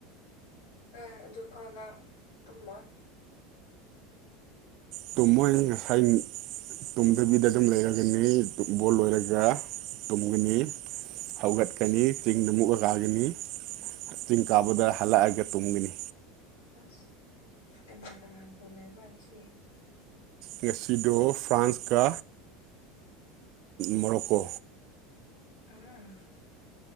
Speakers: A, on the left; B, on the right.
A: ꯑ ꯑꯗꯨꯐꯥꯎ ꯅꯪ ꯇꯨꯝꯃꯣꯏ
B: ꯇꯨꯝꯃꯣꯏ ꯉꯁꯥꯏ ꯇꯨꯝꯗꯕꯤꯗ ꯑꯗꯨꯝ ꯂꯩꯔꯒꯅꯤ ꯕꯣꯜ ꯂꯣꯏꯔꯒ ꯇꯨꯝꯒꯅꯤ ꯍꯧꯒꯠꯀꯅꯤ ꯆꯤꯡꯗ ꯃꯨꯛ ꯑ ꯔꯥꯒꯅꯤ ꯆꯤꯡ ꯀꯥꯕꯗ ꯍꯜꯂꯛꯑꯒ ꯇꯨꯝꯒꯅꯤ
A: ꯑꯁ ꯀꯅꯥ ꯀꯅꯥ ꯕꯣꯜ ꯂꯩꯕ꯭ꯔꯥ ꯉꯁꯤ
B: ꯉꯁꯤꯗꯣ ꯐ꯭ꯔꯥꯟꯁꯀ ꯃꯣꯔꯣꯀꯣ
A: ꯎꯝ